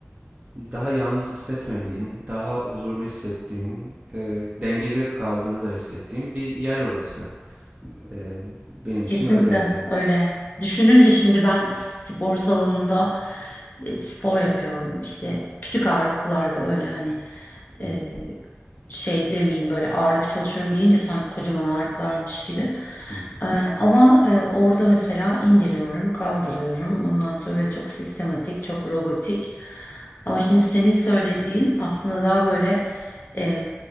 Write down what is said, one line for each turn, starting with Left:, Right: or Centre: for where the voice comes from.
Right: daha yalnız hissetmediğin, daha huzurlu hissettiğin, e, dengede kaldığını da hissettiğin bir yer orası. E, benim
Left: Kesinlikle
Right: için öyleydi.
Left: öyle. Düşününce şimdi ben spor salonunda e, spor yapıyorum. İşte küçük ağırlıklarla öyle hani
Right: Hı
Left: e,
Right: hı,
Left: şey demeyeyim böyle ağırlık çalışıyorum deyince sanki kocaman ağırlıklarmış gibi.
Right: hı hı,
Left: E, ama e, orada mesela indiriyorum, kaldırıyorum. Bundan sonra böyle çok sistematik, çok robotik. Ama şimdi senin söylediğin aslında daha böyle e,